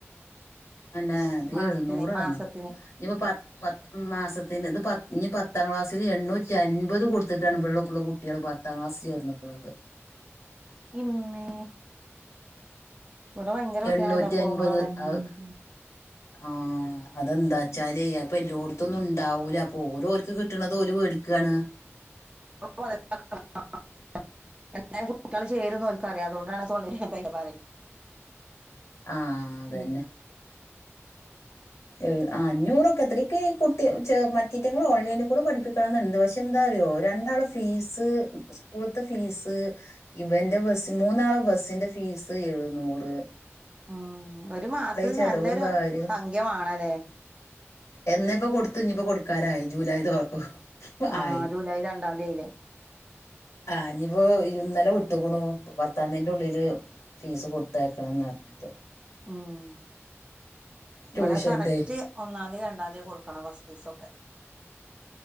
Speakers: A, on the left; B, on the right.
A: അന്നെ അത്
B: മാസത്തിന്
A: എഴുന്നൂറാണ്
B: മാസത്തിന്
A: ഇഞിപ്പ പ പത്ത് മാസത്തിന് ഇത് പത്ത് ഞി പത്താം ക്ലാസ്സില് എണ്ണൂറ്റിഅൻപത് കൊടുത്ത്ട്ടാണ് ഇപ്പള്ള ള കുട്ടികള് പറ് പത്താം ക്ലാസ് ചേർന്ന്ക്ക്ണത്.
B: ഇമ്മേ. ഇവിടെ ഭയങ്കര പൈസയാണല്ലോ
A: എണ്ണൂറ്റി
B: അപ്പൊ
A: അൻപത്
B: ഇങ്ങളവിടെ
A: ആഹ്. ആഹ അതെന്താച്ചാല് അപ്പ എല്ലോ അതൊന്നുണ്ടാവൂല അപ്പോ ഓല് ഓല്ക്ക് കിട്ട്ണത് ഓല് വേടിക്കാണ്.
B: പ <unintelligible> എല്ലാരെ കുട്ടിള് ചേരുന്നോല്ക്കറിയാം അതോണ്ടാണ് സെളേല് പൈസ പറയ്ണ്.
A: ആഹ് അതന്നെ.
B: ഉം
A: ഏഹ് അഞ്ഞൂറൊക്കെ അത്രേക്ക് കുട്ടിക്ക ചേർന്ന് മറ്റേറ്റങ്ങൾ ഓൺലൈനി കൂടെ പഠിപ്പിക്കും ചേർത്തണം ന്ന് ണ്ട്. പക്ഷെ എന്താ അറിയോ രണ്ടാള് ഫീസ് സ്കൂളത്തെ ഫീസ് ഇവന്റെ ബസ്സ്‌ മൂന്നാളെ ബസ്സിന്റെ ഫീസ് എഴുുന്നൂറ്.
B: മ് ഒരു മാസം
A: ചെലവും
B: നല്ലൊരു
A: കാര്യവും
B: സംഖ്യമാണല്ലേ.
A: എന്നേപ്പ കൊട്ത്തു ഇഞിപ്പം കൊട്ക്കാനായി ജൂലൈ തോ
B: ആഹ്
A: ആയി
B: ജൂലൈ രണ്ടാന്തീയിലെ.
A: ആഹ് ഇഞിപ്പോ ഇന്നലെ വിട്ടുക്ണു പത്താംന്തിന്റെ ഉള്ളില്. ഫീസ് കൊടുത്തയക്കണംന്നറ്ഞ്ഞിട്ട്.
B: ഉം
A: ട്യൂഷൻ്റെ
B: ഇബടെ കറക്റ്റ്. ഒന്നാംതി രണ്ടാംതി കൊടുക്കണം ഫസ്റ്റ് ഫീസ് ഒക്കെ